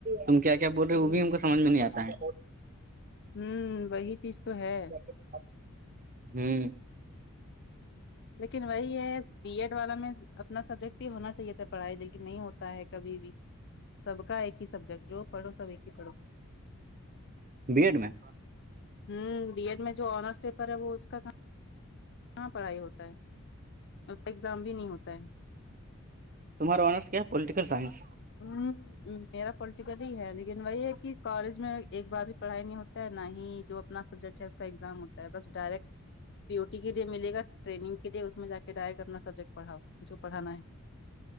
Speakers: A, on the right (about 40°); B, on the left (about 55°).
A: تم کیا کیا بول رہے ہو
B: ہوں
A: وہ بھی ہم کو سمجھ میں نہیں آتا ہے
B: ہوں وہی چیز تو ہے
A: <inaudible>
B: لیکن وہی ہے بی ایڈ والا میں اپنا سبجیکٹ بھی ہونا چاہیے تھا پڑھائی لیکن نہیں ہوتا ہے کبھی بھی سب کا ایک ہی سبجیکٹ جو پڑو سب ایک ہی پڑھو
A: بی ایڈ میں
B: ہوں بی ایڈ میں جو آنرس پیپر ہے وہ اس کام کہاں پڑھائی ہوتا ہے اس کا ایگزام بھی نہیں ہوتا ہے
A: تمہار آنر کیا پالیٹیک سائنس
B: ہم میرا پولٹیکلی ہے لیکن وہی ہے کہ کالج میں ایک بار بھی پڑھائی نہیں ہوتا ہے نہ ہی جو اپنا سبجیکٹ ہے اس کا ایگزام ہوتا ہے بس ڈائریکٹ پیو ٹی کے لیے ملے گا ٹریگ ے اس میں ج کے ڈائیکٹنابجیکٹ پڑاؤ جو پڑھانا ہے